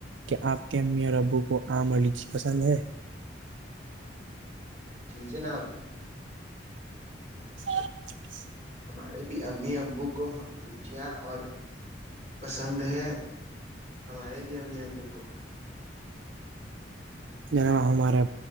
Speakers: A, on the right; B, on the right.
A: کیا آپ کے امیاں ربو کو آم اور لچی پسند ہے
B: جی جناب
A: س
B: ہمارے بھی امی ابو کواں لیچیا اور پسند ہے ہمارے بھی امی ا بوکوں
A: ج ہم ہمارے